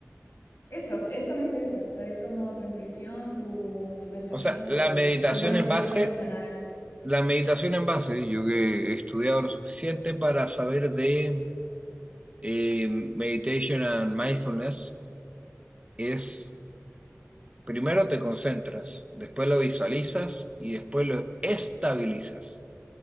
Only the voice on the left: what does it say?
Eso, eso me interesa, saber cómo tu intuición, tu, tu pensamiento,
tu conocimiento
personal,